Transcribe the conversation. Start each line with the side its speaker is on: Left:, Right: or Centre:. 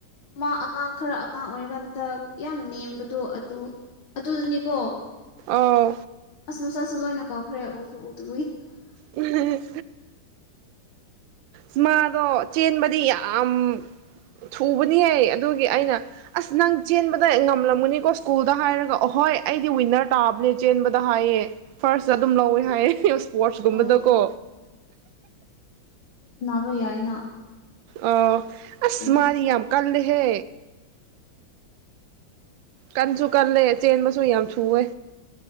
Left: ꯃꯥ ꯑꯉꯥꯡ ꯈꯔ ꯑꯉꯥꯡ ꯑꯣꯏꯔꯀꯥꯟꯗ ꯌꯥꯝ ꯅꯦꯝꯕꯗꯣ ꯑꯗꯨ ꯑꯗꯨꯗꯨꯅꯤꯀꯣ
Right: ꯑꯧ
Left: ꯆꯁ ꯃꯆꯥꯥꯁ ꯂꯣꯏꯅ ꯀꯥꯎ ꯈꯔꯦ ꯑꯣꯁꯨ ꯎꯗꯨ
Right: ꯎꯝ ꯑ ꯃꯥꯗꯣ ꯆꯦꯟꯕꯗꯤ ꯌꯥꯝ ꯊꯨꯕꯅꯤꯌꯦ ꯑꯗꯨꯒꯤ ꯑꯩꯅ ꯑꯁ ꯅꯪ ꯆꯦꯟꯕꯗ ꯉꯝꯂꯝꯒꯅꯤꯀꯣ ꯁ꯭ꯀꯨꯜꯗ ꯍꯥꯏꯔꯒ ꯑꯣꯍꯣꯏ ꯑꯩꯗꯤ ꯋꯤꯟꯅꯔ ꯇꯥꯕꯅꯦ ꯆꯦꯟꯕꯗ ꯍꯥꯏꯌꯦ ꯐꯥꯔꯁꯇ ꯑꯗꯨꯝ ꯂꯧꯋꯦ ꯍꯥꯏꯌꯦ ꯏꯁꯄꯣꯔꯠꯁꯀꯨꯝꯕꯗꯀꯣ
Left: ꯑꯣ ꯑꯣꯏꯔꯣꯏ ꯌꯥꯏꯅ
Right: ꯑ ꯑꯁ
Left: ꯀꯩꯅꯣ
Right: ꯃꯥꯗꯤ ꯌꯥꯝ ꯀꯜ ꯍꯦ꯫ ꯀꯟꯁꯨ ꯀꯜꯂꯦ ꯆꯦꯟꯕꯁꯨ ꯌꯥꯝ ꯊꯨꯌꯦ